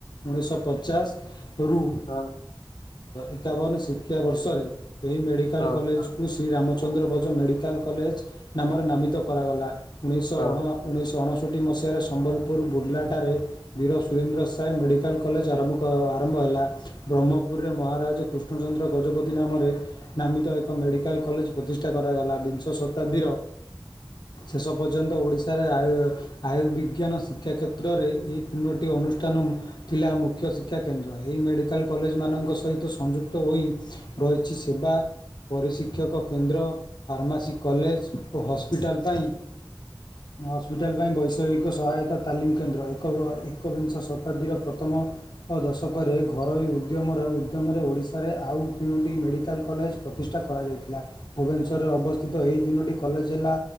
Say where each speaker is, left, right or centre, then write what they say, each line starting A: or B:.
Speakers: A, on the left; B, on the left.
A: ଉଣେଇଶହ ପଚାଶ ରୁ
B: ହଁ
A: ଏକାବନ ଶିକ୍ଷାବର୍ଷରେ ଏହି ମେଡ଼ିକାଲ
B: ହଁ
A: କଲେଜ଼ କୁ ଶ୍ରୀରାମଚନ୍ଦ୍ର ବଦ୍ ମେଡ଼ିକାଲ କଲେଜ୍ ନାମରେ ନାମିତ କରାଗଲା ଉଣେଇଶ
B: ହଁ
A: ଅଣ ଉଣେଇଶହ ଅଣଷଠି ମସିହାରେ ସମ୍ବଲପୁର ବୁର୍ଲାଠାରେ ବୀର ସୁରେନ୍ଦ୍ର ସ ସଏ ମେଡ଼ିକାଲ୍ କଲେଜ୍ ଆରମ୍ଭ କ ଆରମ୍ଭ ହେଲା। ବ୍ରହ୍ମପୁରରେ ମହାରାଜା କୃଷ୍ଣଚନ୍ଦ୍ର ଗଜପତି ନାମରେ ନାମିତ ଏକ ମେଡିକାଲ କଲେଜ୍ ପ୍ରତିଷ କରାଗଲା ବିଂଶ ଶତାବ୍ଦୀର ଶେଷ ପର୍ଯ୍ୟନ୍ତ ଓଡିଶାରେ ଆୟ ଆୟୁର୍ବିଜ୍ଞାନ ଶିକ୍ଷା କ୍ଷେତ୍ରରେ ଏହି ତିନୋଟି ଅନୁଷ୍ଠାନ ଥିଲା ମୁଖ୍ୟ ଶିକ୍ଷା କେନ୍ଦ୍ର ଏହି ମେଡିକାଲ୍ କଲେଜ୍ ମାନଙ୍କ ସହିତ ସଂଯୁକ୍ତ ହୋଇ ରହିଛି ସେବା ପରିଶିକ୍ଷକ କେନ୍ଦ୍ର ଫାର୍ମାସି କଲେଜ୍ ଓ ହସ୍ପିଟାଲ ପାଇଁ
B: <inaudible>
A: ହସ୍ପିଟାଲ୍ ପାଇଁ ବୈଷୟିକ ସହାୟତା ତାଲିମ୍ କେନ୍ଦ୍ର ଏକ ଏକବିଂଶ ଶତାବ୍ଦୀର ପ୍ରଥମ ଅଠ ଦଶକରେ ଘରୋଇ ଉଦ୍ୟମର ଉଦ୍ୟମରେ ଓଡ଼ିଶାରେ ଆଉ ତିନୋଟି ମେଡ଼ିକାଲ କଲେଜ୍ ପ୍ରତିଷ୍ଠା କରାଯାଇଥିଲା। ଭୁବନେଶ୍ୱରରେ ଅବସ୍ଥିତ ଏହି ତିନୋଟି କଲେଜ ହେଲା।